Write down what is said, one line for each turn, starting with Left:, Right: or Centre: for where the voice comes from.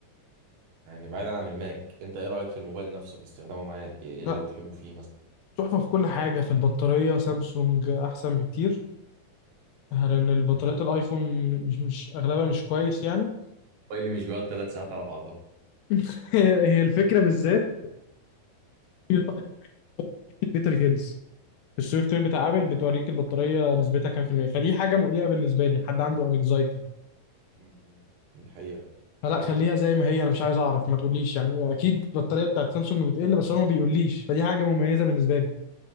Right: يعني بعيدا عن الماك انت ايه رأيك في الموبايل نفسه في استخدامه معاك ايه اللي
Left: لا
Right: بتحبه فيه مثلا؟
Left: تحفة في كل حاجة في البطارية سامسونج احسن بكتير لان البطاريات
Right: مم.
Left: الايفون مش مش اغلبها مش كويس يعني
Right: موبايل مش بيقعد ثلاث ساعات على بعضها
Left: <laughs> هي هي الفكرة بالذات البطارية بتاعت بيتر هيلز السوفت وير بتاع ابل بتوريك البطاريه نسبتها كام في الميه فدي حاجه مقلقه بالنسبه لي حد عنده انكزايتي
Right: مم. دي حقيقة
Left: فلا خليها زي ما هي انا مش عايز اعرف ما تقوليش يعني اكيد البطاريه بتاعت سامسونج بتقل بس هو ما بيقوليش فدي حاجه مميزه بالنسبه لي